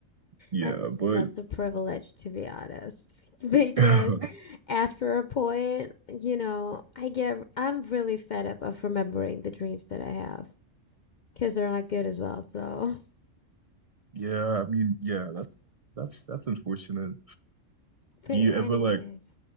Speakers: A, on the right (about 70°); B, on the left (about 65°).
A: yeah,
B: That's
A: but
B: that's a privilege to be honest. <laughs> Because
A: <laughs>
B: after a point, you know, I get I'm really fed up of remembering the dreams that I have because they're not good as well. So,
A: yeah, I mean, yeah, that's that's that's unfortunate.
B: <laughs> but
A: Do you
B: anyways.
A: ever like